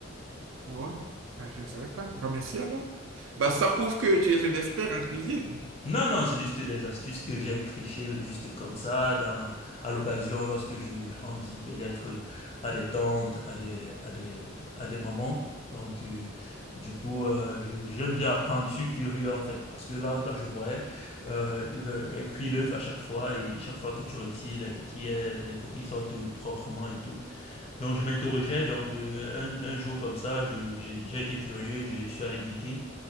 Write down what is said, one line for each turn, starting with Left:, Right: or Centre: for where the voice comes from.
Right: Ah ouais? Ah, je ne savais pas. Bah, merci alors. Bah, ça prouve que tu es un expert en cuisine.
Left: Non, non, c'est juste des astuces que j'ai trichées juste comme ça, dans, à l'occasion, lorsque je, je rends visite peut-être euh, à des tantes, à des, à des, à des mamans. Donc, euh, du coup, euh, je- j'aime bien apprendre, je suis curieux en fait, parce que là, quand je voyais, euh, il, euh, elle cuit l'œuf à chaque fois, et chaque fois que tu retires les coquilles, euh, les coquilles sortent euh, proprement et tout. Donc, je m'interrogeais, donc, euh, un, un jour comme ça, je, j'ai déjà été curieux, je je suis allé guetter,